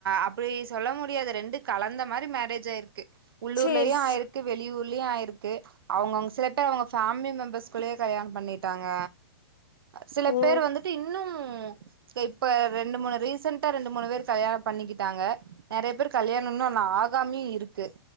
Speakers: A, on the right (about 65°); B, on the left (about 50°).
A: அப்டி சொல்ல முடியாது ரெண்டு கலந்த மாறி மேரேஜ் ஆயிருக்கு உள்ளூர்லயு
B: சேரி ஸ்
A: ஆயிரு க்கு வெளியூர்லியு ஆயிருக்கு அவுங்கவுங் சில பேர் அவுங்க ஃபேமிலி மெம்பர்ஸ்குள்ளயே கல்யாணம் பண்ணிட்டாங்க சில
B: ஓ
A: பேர் வந்துட்டு இன்னும் இப்ப ரெண்டு மூனு ரீசண்டா ரெண்டு மூனு வேரு கல்யாணம் பண்ணிக்கிட்டாங்க நெறைய பேர் கல்யாணொ இன்னொனா ஆகாமயு இருக்கு